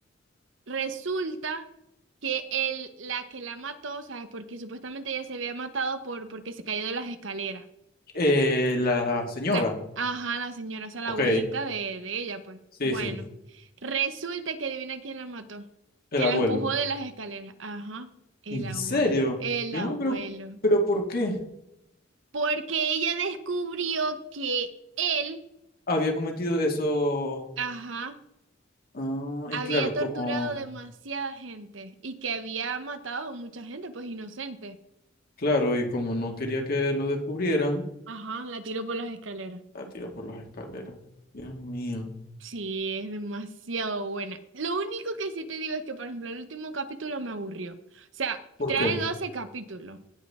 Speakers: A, on the right; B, on the left.
A: Resulta que el, la que la mató, o sea, porque supuestamente ella se había matado por, porque se cayó de las escaleras.
B: Eh, la señora.
A: La, ajá, la señora, o sea, la
B: Ok,
A: abuelita de, de ella, pues.
B: sí,
A: Bueno,
B: sí,
A: resulta que adivina quién la mató,
B: el
A: que
B: abuelo.
A: la empujó de las escaleras. Ajá, el
B: ¿En
A: abuelo,
B: serio?
A: el
B: Mi
A: abuelo.
B: mamá, pero, pero ¿por qué
A: Porque ella descubrió que él,
B: había cometido eso?
A: ajá,
B: Ah,
A: había
B: y claro,
A: torturado
B: como,
A: demasiada gente y que había matado mucha gente, pues inocente.
B: claro, y como no quería que lo descubrieran.
A: Ajá, la tiró por las escaleras.
B: La tiro por las escaleras. Dios mío.
A: Sí, es demasiado buena. Lo único que sí te digo es que, por ejemplo, el último capítulo me aburrió. O sea,
B: ¿Por
A: trae
B: qué?
A: 12 capítulos.